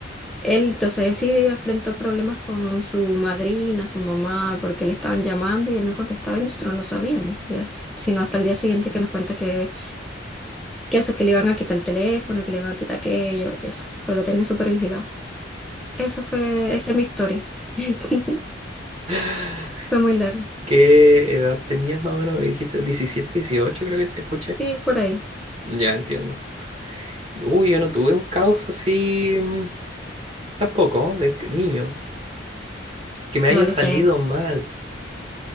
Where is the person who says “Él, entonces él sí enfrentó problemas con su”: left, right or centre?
Centre